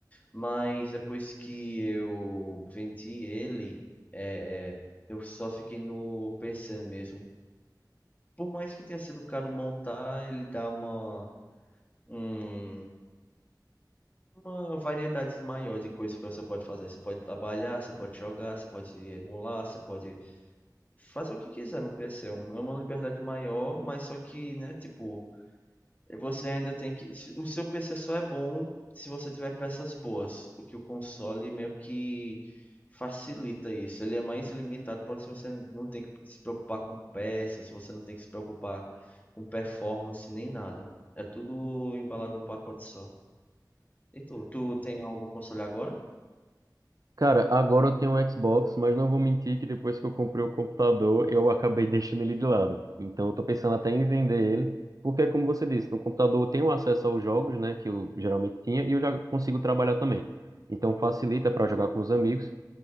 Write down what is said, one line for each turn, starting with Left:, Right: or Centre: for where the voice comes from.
Left: Mas depois que eu vendi ele, é, é, eu só fiquei no PC mesmo. Por mais que tenha sido caro montar, ele dá uma, um- uma variedade maior de coisas que você pode fazer. Você pode trabalhar, você pode jogar, você pode emular, você pode fazer o que quiser no PC. É uma liberdade maior, mas só que, né, tipo, Você ainda tem que. O seu PC só é bom se você tiver peças boas. O que o console meio que facilita isso. Ele é mais limitado por se você não tem que se preocupar com peças, você não tem que se preocupar com performance nem nada. É tudo embalado num pacote só. E tu, tu tem algum console agora?
Right: Cara, agora eu tenho um Xbox, mas não vou mentir que depois que eu comprei o computador, eu acabei <laughs> deixando ele de lado. Então eu tô pensando até em vender ele, porque é como você disse, no computador eu tenho acesso aos jogos, né, que eu geralmente tinha, e eu já consigo trabalhar também. Então facilita para jogar com os amigos